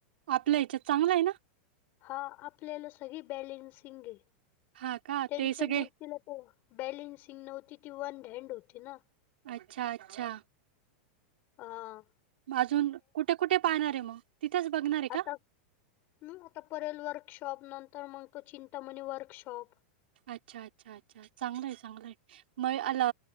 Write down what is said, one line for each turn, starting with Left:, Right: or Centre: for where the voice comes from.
Right: आपल्या ह्याच्यात चांगला आहे ना
Left: हा आपल्याला सगळी बॅलन्सिंग आहे
Right: हां का?
Left: त्यांच्या
Right: ते सगळे
Left: मूर्तीला. हो बॅलेन्सिंग नव्हती ती वन हँड होती ना.
Right: अच्छा अच्छा.
Left: ह
Right: अजून कुठे कुठे पाहणार आहे मग तिथेच बघणार आहे
Left: आता.
Right: का?
Left: मी आता परेल वर्कशॉप नंतर मगतो चिंतामणी वर्कशॉप
Right: अच्छा अच्छा अच्छा चांगलय चांगलंय. मग अला